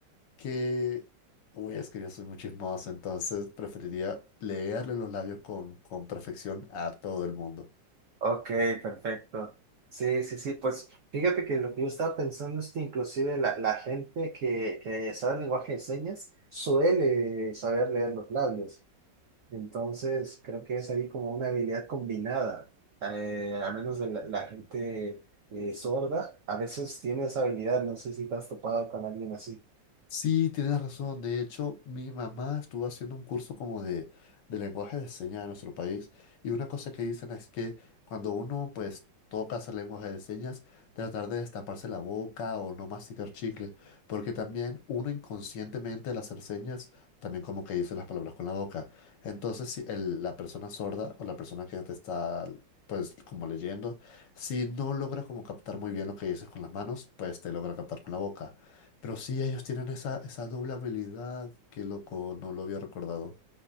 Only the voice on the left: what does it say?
que... Uy, es que yo soy muy chismoso, entonces preferiría leerle los labios con, con perfección a todo el mundo.
Sí, tienes razón. De hecho, mi mamá estuvo haciendo un curso como de, de lenguaje de señas en nuestro país y una cosa que dicen es que cuando uno pues toca hacer lenguaje de señas, tratar de destaparse la boca o no masticar chicle, porque también uno inconscientemente al hacer señas también como que dice las palabras con la boca. Entonces, si el- la persona sorda o la persona que te está pues como leyendo, si no logra como captar muy bien lo que dices con las manos, pues te logra captar con la boca. Pero sí, ellos tienen esa, esa doble habilidad. Qué loco, no lo había recordado.